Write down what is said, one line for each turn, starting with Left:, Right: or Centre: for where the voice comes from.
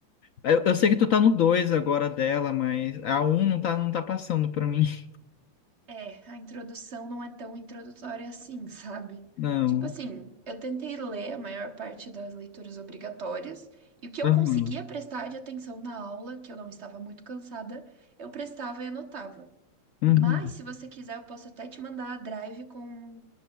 Left: eu, eu sei que tu tá no 2 agora dela, mas a um não tá, não tá passando pra mim. <laughs>
Right: É, a introdução não é tão introdutória assim, sabe?
Left: Não,
Right: Tipo assim, eu tentei ler a maior parte das leituras obrigatórias, e o que
Left: tá
Right: eu
Left: ruim.
Right: conseguia prestar de atenção na aula, que eu não estava muito cansada, eu prestava e anotava.
Left: Uhum.
Right: Mas, se você quiser, eu posso até te mandar a drive com,